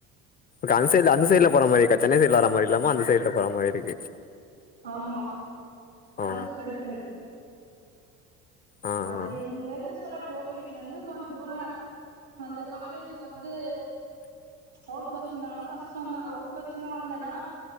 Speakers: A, on the left; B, on the right.
A: காஞ் அந்த சைய்டுல போற மாரி சென்னை சைய்டுல வர மாரி இல்லாம அந்த கேட்ட கொற மாரி இருக்கு
B: ஆமா
A: ஆ
B: அது ஒரு கடுப் எனக்கு
A: ஆ
B: அது
A: ஆ
B: எங்கன்னு சொல்ல டோல்கேட்ல இருந்து கொஞ்ச தூரோ அந்த காலேஜு வந்து அவுட் பஸ்சு நாலும் கஷ்டந்தான் அவுட் பஸ்ன்னு வந்தனா